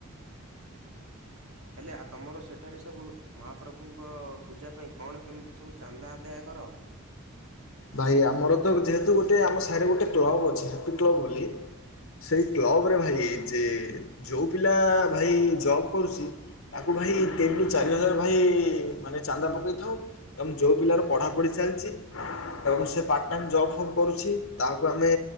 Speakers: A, on the right; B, on the left.
A: <inaudible> ହେଲେ ଆ ତମର ସେଠାରେ ସବୁ ମହାପ୍ରଭୁଙ୍କ ପୂଜା ପାଇଁ କଣ କେମିତି ସବୁ ଚାନ୍ଦା ଆଦାୟ କର?
B: ଭାଇ ଆମର ତ ଯେହେତୁ ଗୋଟେ ଆମ ସାହିରେ ଗୋଟେ କ୍ଲବ୍ ଅଛି ହ୍ୟାପି କ୍ଲବ୍ ବୋଲି। ସେଇ କ୍ଲବ ରେ ଭାଇ ଯେ ଯୋଉ ପିଲା ଭାଇ ଜବ୍ କରୁଛି। ତାକୁ ଭାଇ ତିନି ରୁ ଚାରି ହଜାର ଭାଇ ମାନେ ଚାନ୍ଦା ପକେଇଥାଉ। ଏବଂ ଯେଉଁ ପିଲାର ପଢ଼ାପଢ଼ି ଚାଲିଛି ଏବଂ ସେ ପାର୍ଟ ଟାଇମ୍ ଜବ୍ ଫ କରୁଛି ତାହାକୁ ଆମେ